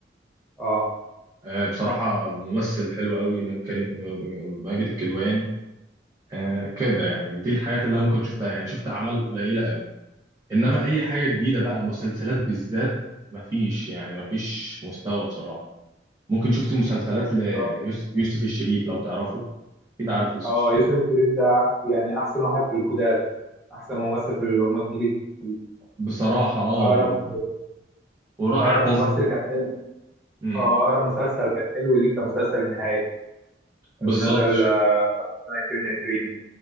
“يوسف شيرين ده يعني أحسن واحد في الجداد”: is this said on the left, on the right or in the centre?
Centre